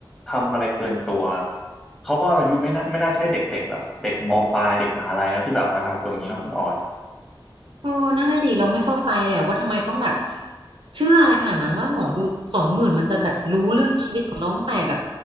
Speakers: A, in the centre; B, on the right.
A: ทำอะไรเกินตัวเขาก็อายุไม่น่าไม่น่าใช่เด็กๆแบบเด็กมปลายเด็กมหาลัยนะที่แบบมาทำตัวอย่างนี้เนาะคุณออย
B: โอ้นั่นน่ะดิเราไม่เข้าใจเลยอะว่าทำไมต้องแบบเชื่ออะไรขนาดนั้นว่าหมอดูสองหมื่นมันจะแบบรู้เรื่องชีวิตของน้องตั้งแต่แบบ